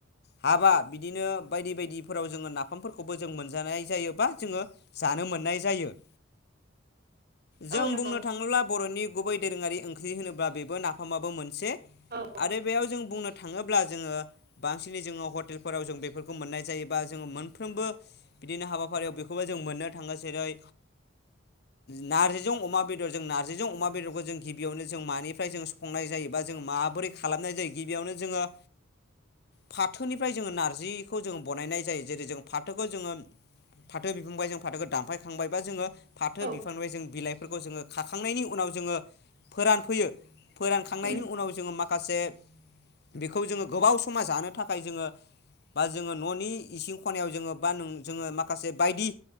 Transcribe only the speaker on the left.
हाबा बिदिनो बायदि बायदिफोराव जोङो नाफामफोरखौबो जों मोनजानाय जायोबा जोङो जानो मोननाय जायो जों
बुंनो थाङोब्ला बर'नि गुबै दोरोङारि ओंख्रि होनोब्ला बेबो नाफामाबो मोनसे
आरो बेयाव जों बुंनो थाङोब्ला जोङो बांसिनै जोङो हटेलफोराव जों बेफोरखौ मोननाय जायो बा जोङो मोनफ्रोमबो बिदिनो हाबाफारियाव बेखौबो जों मोननो थाङो जेरै नारजिजों अमा बेदर जों नारजिजों अमा बेदरखौ जों गिबियावनो जों मानिफ्राय जों खंनाय जायो बा जों माबोरै खालामनाय जायो गिबियावनो जोङो फाथोनिफ्राय जोङो नारजिखौ जोङो बनायनाय जायो जेरै जों फाथोखौ जोङो फाथो बिबुंबाय जों फाथोखौ दानफायखांबायबा जोङो फा थो
बिफांनिफ्राय जों बिलाइफोरखौ जोङो खाखांनायनि उनाव जोङो फोरानफैयो फोरानखांनायनि
उनाव जोङो माखासे बेखौ जोङो गोबाव समाव जानो थाखाय जोङो बा जोङो न'नि इसिं खनायाव जोङो बा नों जोङो माखासे बायदि